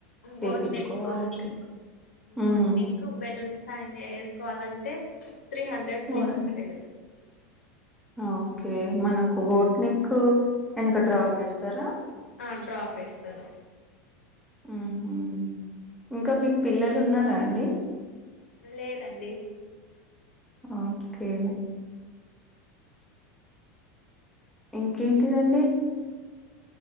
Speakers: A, in the centre; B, on the left (about 90°).
A: చేపించుకోవాలంటే
B: బోట్ నెక్ boat
A: um
B: neck balloons sign వేసుకోవాలంటే three hundred four
A: um
B: hundred
A: okay మనకు బోట్నిక్ వెనుక డ్రాప్ వేస్తారా
B: ఆ డ్రాప్ వేస్తారు
A: ఉహు ఇంకా మీకు పిల్లలు ఉన్నారా అండి
B: లేరండి
A: ఓకే ఇంకేంటి దండి